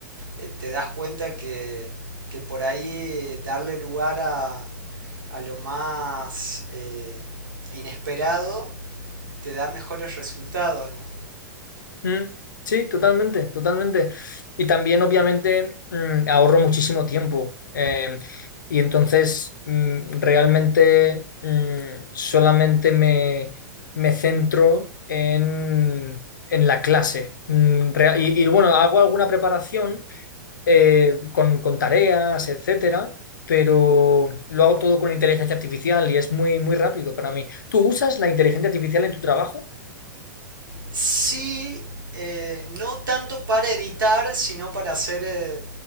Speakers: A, on the right (about 85°); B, on the left (about 75°).
A: eh, te das cuenta que, que por ahí darle lugar a, a lo más eh, inesperado te da mejores resultados, ¿no?
B: Mm, sí, totalmente, totalmente. Y también, obviamente, mm, ahorro muchísimo tiempo. eh, y entonces, mm, realmente, mm, solamente me, me centro en, en la clase. Mm, rea- y, y, bueno, hago alguna preparación eh, con, con tareas, etcétera, pero lo hago todo con inteligencia artificial y es muy, muy rápido para mí. ¿Tú usas la inteligencia artificial en tu trabajo?
A: Sí, eh, no tanto para editar, sino para hacer eh,